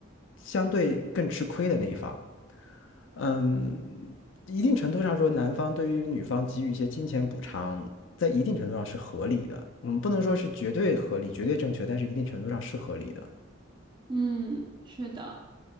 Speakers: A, on the left; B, on the right.
A: 相对更吃亏的那一方。嗯，一定程度上说，男方对于女方给予一些金钱补偿，在一定程度上是合理的。我们不能说是绝对合理、绝对正确，但是一定程度上是合理的。
B: 嗯，是的。